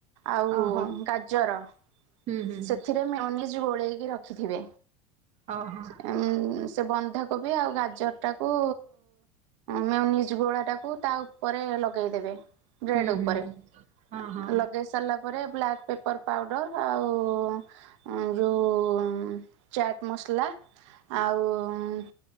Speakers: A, on the right; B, on the right.
A: ଆଉ
B: ଓହୋ
A: ଗାଜର
B: ହୁଁ ହୁଁ
A: ସେଥିରେ ମେଅନିଜ୍ ଗୋଳେଇକି ରଖିଥିବେ।
B: ଓହୋ
A: ସେ ଉଁ, ସେ ବନ୍ଧାକୋବି ଆଉ ଗାଜରଟାକୁ ମେଓ ନିଜ ଗୋଳା ଟାକୁ ତା ଉପରେ ଲଗେଇଦବେ। ବ୍ରେଡ
B: ହୁଁ
A: ଉପରେ
B: ହୁଁ ହଁ
A: ଏ
B: ହଁ
A: ଲଗେଇ ସାରିଲା ପରେ ବ୍ଲାକ୍ ପେପର୍ ପାଉଡ଼ର ଆଉ ଉଁ ଯୋଉ। ଚାଟ୍ ମସଲା ଆଉ ଉଁ।